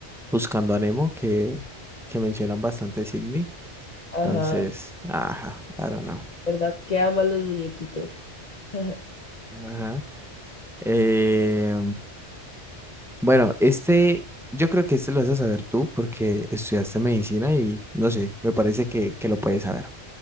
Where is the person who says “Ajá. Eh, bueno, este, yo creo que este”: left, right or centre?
Centre